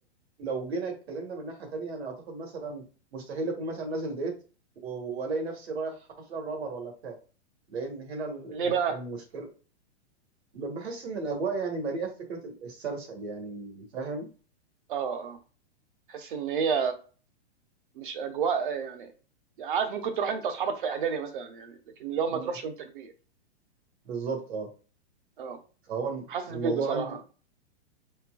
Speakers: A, on the right (about 65°); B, on the right (about 45°).
A: لو جينا اتكلمنا من ناحيه تانية انا اعتقد مثلا مستحيل اكون مثلا نازل ديت و- والاقي نفسي رايح حفله رابر ولا بتاع لان هنا ال-
B: ليه بقى
A: ال- المشكله ب- بحس ان الاجواء يعني مليئه بفكره ال- السرسج يعني فاهم
B: اه اه تحس ان هي مش اجواء آه، يعني يعني عارف ممكن تروح انت واصحابك في اعدادي مثلا يعني لكن لو
A: مم.
B: ما تروحش وانت كبير
A: بالظبط اه
B: اه
A: فهو الم-
B: حاسس
A: الموضوع
B: بيك بصراحه
A: عندي